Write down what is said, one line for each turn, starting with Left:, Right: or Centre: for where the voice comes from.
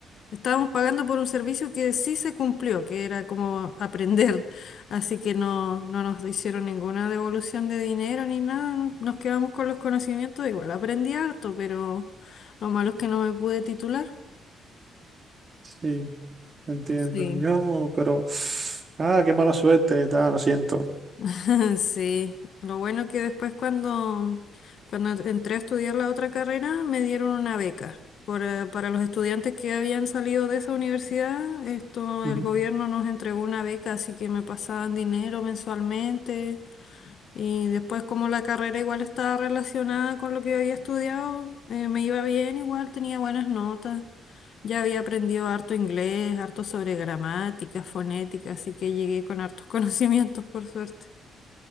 Left: estábamos pagando por un servicio que sí se cumplió, que era como aprender, así que no, no nos hicieron ninguna devolución de dinero ni nada, nos quedamos con los conocimientos, igual aprendí harto, pero... Lo malo es que no me pude titular.
Right: Sí, entiendo.
Left: Sí.
Right: Yo, pero, ah, qué mala suerte, tal, lo siento.
Left: <laughs> Sí, lo bueno que después cuando, cuando entré a estudiar la otra carrera me dieron una beca. Por, eh, para los estudiantes que habían salido de esa universidad, esto,
Right: Ujú.
Left: el gobierno nos entregó una beca, así que me pasaban dinero mensualmente Y después como la carrera igual estaba relacionada con lo que yo había estudiado, eh, me iba bien igual, tenía buenas notas. Ya había aprendido harto inglés, harto sobre gramática, fonética, así que llegué con hartos <laughs> conocimientos por suerte.